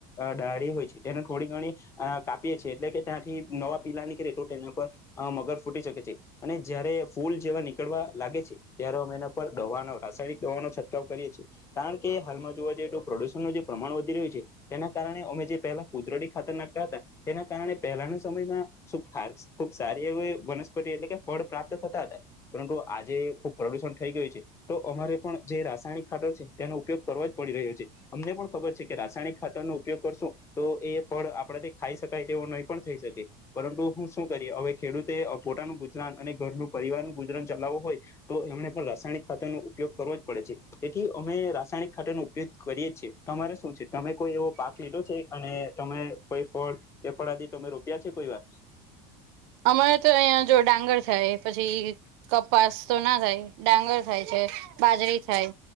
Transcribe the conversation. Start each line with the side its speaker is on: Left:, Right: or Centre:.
Left: ડા તે થોડી ઘણી કાપી છીએ એટલે કે ત્યાંથી નવા પીલા ની એના પર મગર ફૂટી શકે છે અને જયારે ફૂલ જેવા નીકળવા લાગે છે ત્યારે અમે એના પર દવાનો રાસાયણિક દવાનો છંટકાવ કરીએ છીએ. કારણ કે હાલમાં જોવા જઈએ તો પ્રોડુશનનું જે પ્રમાણ વધી રહ્યું છે તેના કારણે અમે જે પહેલા કુદરડી ખાતર નાખતા તા તેના કારણે પહેલાના સમયમાં સુ હ ખુબ સારી એવી વનસ્પતિ એટલે કે ફળ પ્રાપ્ત થતા હતા. પરંતુ આજે ખુબ પ્રદુષણ થઈ ગયું છે. તો અમારે પણ જે રાસાયણિક ખાટર છે તેનો ઉપયોગ કરવા જ પડી રહ્યો છે. અમને પણ ખબર છે કે રાસાયણિક ખાતરનો ઉપયોગ કરશું તો એ ફળ આપણા તે ખાઈ શકાય તેવું નહી પણ થઈ શકે પરંતુ હું શું કરીએ હવે ખેડૂતે પોતાનું ગુજરાન અને ઘરનું પરિવાર નુ ગુજરાન ચલાવું હોય તો એમને પણ રાસાયણિક ખાત્ય નો ઉપયોગ કરવો જ પડે છે. તેથી અમે રાસાયણિક ખાટર નો ઉપયોગ કરીએ છીએ તમારે શું છે તમે કોઈ એવો પાક લીધો છે અને તમે કોઈ ફળ કે ફળાદી તમે રોપ્યા છે કોઈ વાર?
Right: અમારે તો અહિયાં જો ડાંગર થાય પછી કપાસ તો ના થાય ડાંગર થાય છે બાજરી થાય